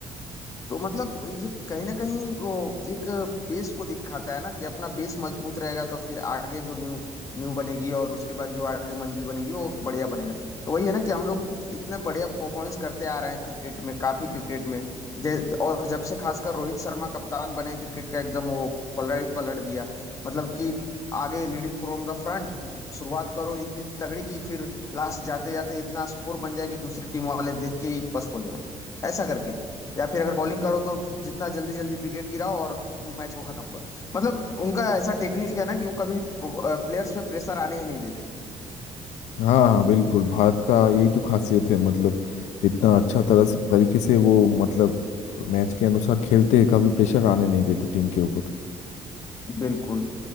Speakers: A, on the left; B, on the left.
A: तो मतलब ये कहीं ना कहीं वो एक बेस को दिखाता है ना कि अपना बेस मजबूत रहेगा तो फिर आगे जो न्यू न्यू बनेगी और उसके बाद जो आगे मंजिल बनेगी वो बढ़िया बनेगा तो वही है ना कि हम लोग इतने बढ़िया परफॉर्मेंस करते आ रहे हैं क्रिकेट में काफी क्रिकेट में जै- और जब से खासकर रोहित शर्मा कप्तान बने क्रिकेट का एकदम वो पलड़ा ही पलट दिया मतलब कि आगे लीडिंग फ्रॉम द फ्रंट शुरुआत करो इतनी तगड़ी कि फिर लास्ट जाते जाते इतना स्कोर बन जाए कि दूसरी टीम वाले देख के ही पस्त हो जाए ऐसा करके या फिर अगर बॉलिंग करो तो जितना जल्दी जल्दी विकेट गिराओ और मैच को खत्म करो मतलब उनका ऐसा टेक्निक है ना कि वो कभी प्लेयर्स पे प्रेशर आने ही नहीं देते
B: हाँ हाँ बिल्कुल भारत का यही तो खासियत है मतलब इतना अच्छा तरह से तरीके से वो मतलब मैच के अनुसार खेलते हैं कभी प्रेशर आने नहीं देते टीम के ऊपर
A: बिल्कुल